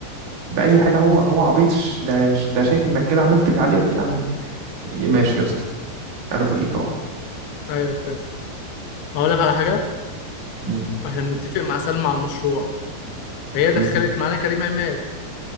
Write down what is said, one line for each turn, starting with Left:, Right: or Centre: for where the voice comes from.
Right: باي حاجه هو هو عبيط ش- ده ش- ده شايف انك كده عملت اللي عليك يا عم ي- ماشي يا اسطى انا فوقيك اهو
Left: ايوه فاهم اقول لك على حاجه
Right: مم.
Left: احنا بنتفق مع سلمى على المشروع فهي
Right: مم.
Left: دخلت معانا كريم عماد